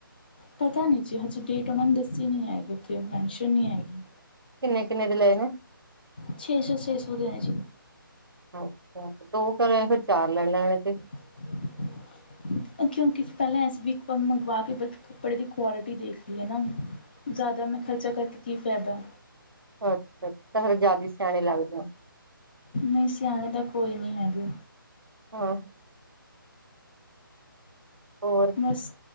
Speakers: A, on the left; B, on the right.
A: ਪਤਾ ਨਹੀਂ ਜੀ ਹਜੇ ਡੇਟ ਉਹਨਾਂ ਨੇ ਦੱਸੀ ਨਹੀਂ ਹੈਗੀ ਉੱਥੇ ਮੈਨਸ਼ਨ ਨਹੀਂ ਹੈਗੀ
B: ਕਿੰਨੇ ਕਿੰਨੇ ਦੇ ਲਏ ਨੇ
A: ਛੇਸੋ ਛੇਸੋ ਦੇ ਆਏ ਜੀ
B: ਅੱਛਾ ਦੋ ਘ ਫਿਰ ਚਾਰ ਲੈ ਲੈਣੇ ਤੇ
A: <unintelligible> ਕਿਉਂਕਿ ਪਹਿਲਾਂ ਐਸੀ ਵੀਕ਼ ਇੱਕ ਵਾਰ ਮੰਗਵਾ ਕੇ ਬ ਕੱਪੜੇ ਦੀ ਕੁਆਲਿਟੀ ਦੇਖ ਲਈਏ ਨਾ ਜ਼ਿਆਦਾ ਮੈਂ ਖਰਚਾ ਕਰਕੇ ਕੀ ਫੈਦਾ
B: ਅੱਛਾ ਤਾਂ ਫਿਰ ਜ਼ਿਆਦਾ ਸਿਆਣੇ ਲੱਗ ਜਾਓ
A: ਨਹੀਂ ਸਿਆਣੇ ਦਾ ਕੋਈ ਨਹੀਂ ਹੈਗੇ
B: ਹਾਂ ਹੋਰ
A: ਬਸ